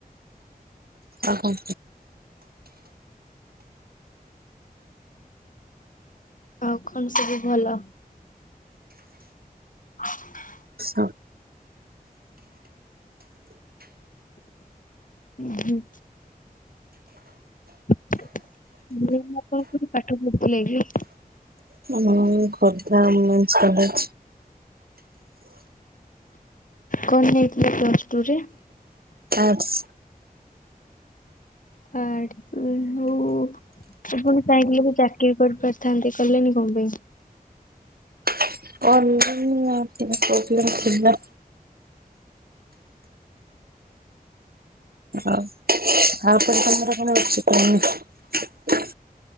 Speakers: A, on the right (about 75°); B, on the left (about 60°).
A: ଅହ।
B: ଆଉ କଣ ସବୁ ଭଲ? <inaudible>
A: ହଁ।
B: ଉ ହଁ। ମୁ ଆପଣ କୋଠି ପାଠ ପଢୁଥିଲେି କି?
A: ହଁ ଖଦା ଉମେନ୍ସ କଲେଜ୍।
B: କଣ ନେଇଥିଲେ ପ୍ଲସ ଟୁରେ?
A: ଆର୍ଟ୍ସ।
B: ଆର୍ଟ୍ସ ହଉ। ଆପଣ ଚାହିଁଥିଲେ ବି ଚାକିରୀ କରିପାରିଥାନ୍ତେ କିଲେନି କଣ ପାଇଁ?
A: <inaudible> କଣ <unintelligible> ଅଥିଲା ହଉ ଆପରେ ତମର କଣ ଅଛି କହୁନି।